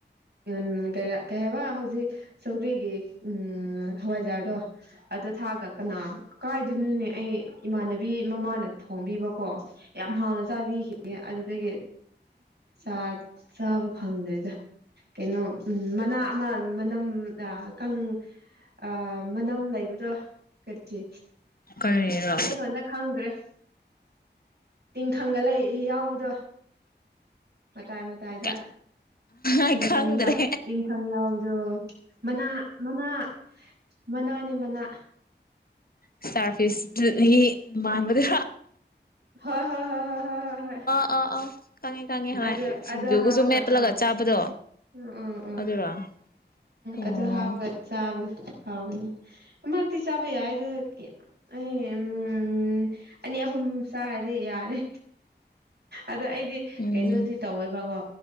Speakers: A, on the right (about 60°); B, on the left (about 50°).
A: <unintelligible> ꯀꯩ ꯍꯥꯏꯕ ꯍꯧꯖꯤꯛ ꯁꯧꯒ꯭ꯔꯤꯒꯤ ꯎꯝ ꯍꯋꯥꯏꯖꯥꯔꯗꯣ ꯑꯗꯨ ꯊꯥꯒ ꯀꯅꯥ ꯀꯥꯏꯗꯨꯅꯨꯅꯦ ꯑꯩ ꯏꯃꯥꯟꯅꯕꯤ ꯃꯃꯥꯅ ꯊꯣꯡꯕꯤꯕꯀꯣ ꯌꯥꯝ ꯍꯥꯎꯅ ꯆꯥꯕꯤꯈꯤꯅꯦ ꯑꯗꯨꯗꯒꯤ ꯆꯥ ꯆꯥꯕ ꯐꯪꯗꯔꯤꯗ ꯀꯩꯅꯣ ꯎꯝ ꯃꯅꯥ ꯑꯃ ꯃꯅꯝ ꯑ ꯀꯪ ꯑꯥ ꯃꯅꯝ ꯂꯩꯕꯗꯣ ꯀꯔꯤ
B: ꯀꯔꯤꯔ
A: ꯃꯩꯇꯩꯂꯣꯟꯗ ꯈꯪꯗ꯭ꯔꯦ ꯇꯤꯡꯈꯪꯒ ꯂꯩꯏ ꯌꯥꯎꯕꯗꯣ ꯃꯇꯥꯏ ꯇꯥꯏꯗ
B: ꯀ ꯑ
A: ꯇꯤꯡꯈꯪ
B: ꯈꯪꯗ꯭ꯔꯦ
A: ꯌꯥ ꯇꯤꯡꯈꯪ ꯌꯥꯎꯕꯗꯣ ꯃꯅꯥ ꯃꯅꯥ ꯃꯅꯥꯅꯤ ꯃꯅꯥ
B: ꯏꯁꯇꯥꯔ ꯐꯤꯁ <unintelligible> ꯃꯥꯕꯗꯨ
A: ꯍꯣꯏ ꯍꯣꯏ ꯍꯣꯏ ꯍꯣꯏ ꯍꯣꯏ ꯍꯣꯏ ꯍꯣꯏ
B: ꯑꯥ ꯑꯥ ꯈꯪꯉꯤ ꯈꯪꯉꯤ ꯍꯣꯏ
A: ꯑꯗꯨ
B: ꯁꯤꯡꯖꯨꯒꯁꯨ
A: ꯑꯗꯨ ꯍꯥꯞꯄꯒꯀꯣ
B: ꯃꯦꯠꯄꯂꯒ ꯆꯥꯕꯗꯣ
A: ꯎꯝ ꯎꯝ ꯎꯝ
B: ꯑꯗꯨꯔꯣ ꯑꯣ
A: ꯑꯗꯨ ꯍꯥꯎꯕꯒ ꯆꯥꯕꯗ ꯍꯥꯎꯅꯤ ꯑꯃꯛꯇꯤ ꯆꯥꯕ ꯌꯥꯏꯗꯣ ꯑꯩ ꯎꯝ ꯑꯅꯤ ꯑꯍꯨꯝ ꯆꯥꯔꯗꯤ ꯌꯥꯔꯦ ꯑꯗ ꯑꯩꯗꯤ
B: ꯎꯝ
A: ꯀꯩꯅꯣꯗꯤ ꯇꯧꯋꯦꯕꯀꯣ